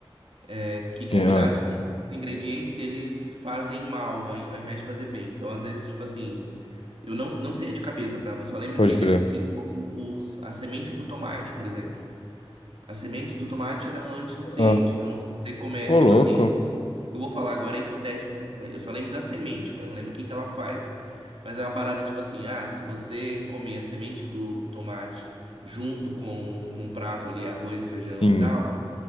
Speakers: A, on the right; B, on the left.
A: é, que combinados
B: Sim, ah,
A: com outros ingredientes, eles fazem mal, ao ao invés de fazer bem. Então, às vezes, tipo assim, eu não, não sei de cabeça, tá? Mas só lembro
B: pode
A: que ele
B: crer.
A: citou os, a semente do tomate, por exemplo. A semente do tomate, ela é um antinutriente.
B: Ah,
A: Então, se você comer,
B: ô
A: tipo
B: louco.
A: assim, eu vou falar agora é hipotético, porque- mas eu só lembro da semente, mas não lembro o que que ela faz. Mas é uma parada tipo assim, ah, se você comer a semente do tomate junto com num prato ali arroz, feijão
B: Sim.
A: e tal,